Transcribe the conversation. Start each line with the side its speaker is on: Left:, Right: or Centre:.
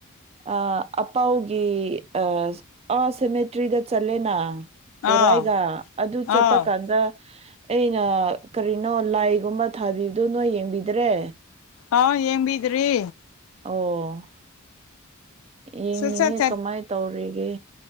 Right: ꯑꯥ ꯑꯄꯥꯎꯒꯤ ꯑ ꯑꯥ ꯁꯦꯃꯦꯇ꯭ꯔꯤꯗ ꯆꯠꯂꯦꯅ
Left: ꯑꯥ
Right: ꯇꯣꯔꯥꯏꯒ ꯑꯗꯨ
Left: ꯑꯥ
Right: ꯆꯠꯄ ꯀꯥꯟꯗ ꯑꯩꯅ ꯀꯔꯤꯅꯣ ꯂꯥꯏꯒꯨꯝꯕ ꯊꯥꯕꯤꯕꯗꯣ ꯅꯣꯏ ꯌꯦꯡꯕꯤꯗ꯭ꯔꯦ
Left: ꯑꯥꯎ ꯌꯦꯡꯕꯤꯗ꯭ꯔꯤ
Right: ꯑꯣ ꯌꯦꯡꯅꯤꯡꯉꯦ
Left: ꯁꯨꯡꯆꯠ
Right: ꯀꯃꯥꯏ ꯇꯧꯔꯤꯒꯦ